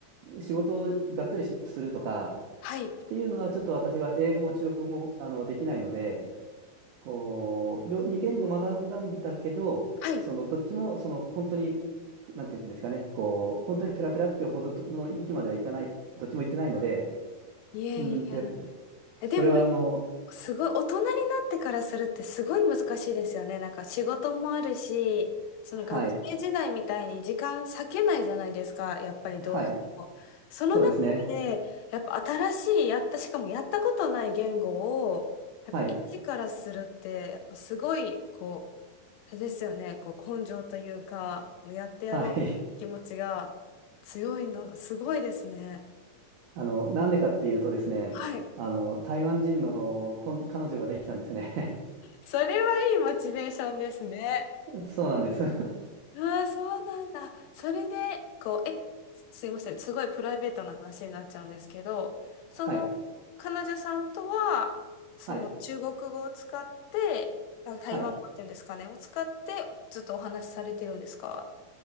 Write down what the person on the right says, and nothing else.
う、仕事をがっつりしするとか
っていうのは、ちょっと私は英語も中国語もあのできないので、こう、両二言語学んだんだけど、
そのどっちもその本当に、なんていうんですかね、こう、本当にペラペラっていうほどの域まではいかない、どっちも行ってないので、
うーんと、やっぱ、それはあの、
はい、
はい、
そうですね、
はい、
はい、<laughs> あの、なんでかっていうとですね、
あの、台湾人のこん彼女ができたんですね。
<laughs> そうなんです。
<laughs> はい、
はい、
はい。